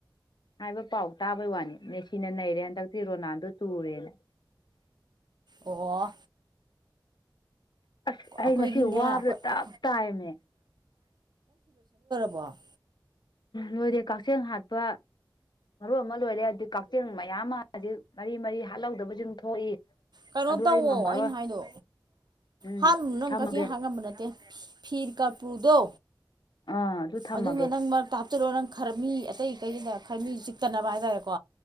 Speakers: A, on the left (about 60°); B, on the right (about 55°).
A: ꯍꯥꯏꯕ ꯄꯥꯎ ꯇꯥꯕꯩ ꯋꯥꯅꯤ ꯃꯦꯁꯤꯅ ꯅꯩꯔꯦ ꯍꯟꯗꯛꯇꯤ ꯔꯣꯅꯥꯜꯗꯣ ꯇꯨꯔꯦꯅ
B: ꯑꯣ
A: ꯑꯁ ꯑꯩ
B: ꯑꯩꯈꯣꯏꯒꯤꯅꯦ
A: ꯉꯁꯤ ꯋꯥꯕꯗ
B: ꯑꯩꯈꯣꯏ
A: ꯇꯞ ꯇꯥꯏꯌꯦꯃꯦ
B: ꯋꯥ
A: ꯅꯣꯏꯗꯤ ꯀꯛꯆꯦꯜ ꯍꯥꯠꯄ ꯃꯔꯣꯟ ꯑꯃ ꯂꯣꯏꯔꯦ ꯑꯗꯨ ꯀꯛꯆꯦꯡ ꯃꯌꯥꯝ ꯑꯃꯁꯤ ꯃꯔꯤ ꯃꯔꯤ ꯍꯥꯠꯍꯧꯗꯕꯁꯤꯡ ꯊꯣꯛꯏ
B: ꯀꯩꯅꯣ
A: ꯑꯗꯨ
B: ꯇꯧꯋꯣ
A: ꯑꯩ ꯉꯝꯃꯔꯣꯏ
B: ꯑꯩꯅ ꯍꯥꯏꯗꯣ
A: ꯎꯝ
B: ꯍꯥꯠꯂꯨꯅꯣ ꯅꯪ
A: ꯊꯝꯃꯒꯦ
B: ꯀꯛꯆꯦꯡ ꯍꯥꯠ ꯉꯝꯕ ꯅꯠꯇꯦ ꯐꯤ ꯀ ꯎꯄꯨꯗꯣ
A: ꯑꯥ ꯑꯗꯨ ꯊꯝꯃꯒꯦ
B: ꯑꯗꯨꯅ ꯅꯪ ꯃꯔꯛꯇ ꯍꯥꯞꯆꯟꯂꯣ ꯅꯪ ꯈꯔꯃꯤ ꯑꯇꯩ ꯑꯇꯩꯗꯨꯗ ꯈꯔ ꯃꯤꯁꯨ ꯆꯤꯛꯇꯅꯕ ꯍꯥꯏꯇꯥꯔꯦꯀꯣ